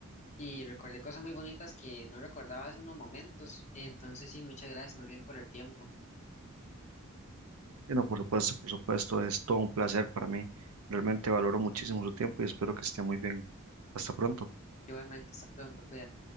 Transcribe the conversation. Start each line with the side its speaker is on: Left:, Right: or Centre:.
Left: y recordé cosas muy bonitas que no recordaba hace unos momentos. Entonces, sí, muchas gracias más bien por el tiempo.
Right: Bueno, por supuesto, por supuesto, es todo un placer para mí. Realmente valoro muchísimo su tiempo y espero que esté muy bien. Hasta pronto.
Left: Igualmente, hasta pronto, cuídate.